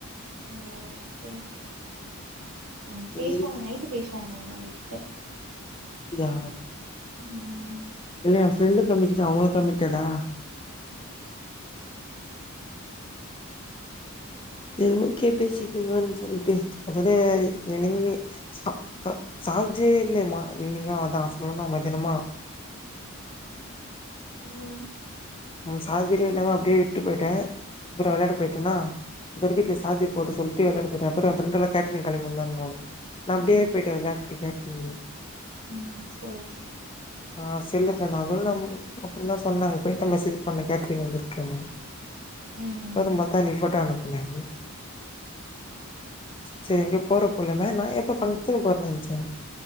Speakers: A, on the right; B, on the left.
A: ஓ சேரி சேரி ம்
B: சேரி
A: பேசுவாங்க
B: சேரி
A: நைட்டு பேசுவாங்க அவுங்க அவளு கிட்ட
B: இதா
A: ம்
B: இல்ல எ ஃப்ரெண்டு கமிட்டட் அவுங்களு கமிட்டடா செரி ஓக்கே பேசிக்கேங்கனு சொல்ட்டு அப்பதா என்னைக்குமே சா கா சார்ஜே இல்ல மா ஈவினிங்கா அதா ஆஃப்னுன்னா மத்யானமா
A: ம்
B: நம் சார்ஜரே இல்லாம அப்டே விட்டு போய்ட்டே அப்றோ வெளாட போய்ட்டனா இதுமாரி
A: ம்
B: வீட்ல சார்ஜர் போட சொல்ட் டு வெளாடு போய்ட்டே அப்றோ ஃப்ரெண்டெலா கேஹட்சிங் கெளம்பி வந்தானுங்கோ நா
A: ம்
B: அப்டியே போய்ட்டே வெளாட்டிகா சின்
A: ம் சேரி சேரி
B: ஆ செல்லுங்க ந குல்லம் அப்றோ தா சொன்னாங்க போய்ட்டுதா மேசேஜ் பண்ணே கேட்ரிக் வந்திர்க்குன்னு
A: ம்
B: அப்பறோ பாத்தா நீ போட்டா அனுப்புனாரு சேரி எங்கேயோ போறபோலன்ன நா எப்போ ஃபங்க்ஷன் போறதா நென்சே